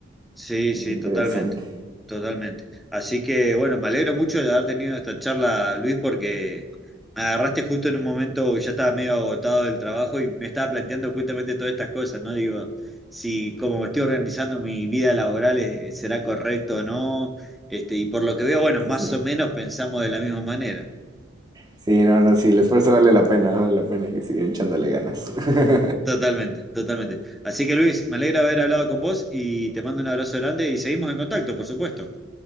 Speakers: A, in the centre; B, on the right.
A: Sí,
B: Es
A: sí,
B: interesante.
A: totalmente, totalmente. Así que bueno, me alegro mucho de haber tenido esta charla, Luis, porque me agarraste justo en un momento que ya estaba medio agotado del trabajo y me estaba planteando justamente todas estas cosas, ¿no? Digo, si como me estoy organizando mi vida laboral, eh, ¿será correcto o no? Este, y por lo que veo, bueno, más
B: Sí.
A: o menos pensamos de la misma manera.
B: Sí, no, no, sí, el esfuerzo vale la pena, vale la pena, hay que seguir echándole ganas. <laughs>
A: Totalmente, totalmente. Así que Luis, me alegra haber hablado con vos y te mando un abrazo grande y seguimos en contacto, por supuesto.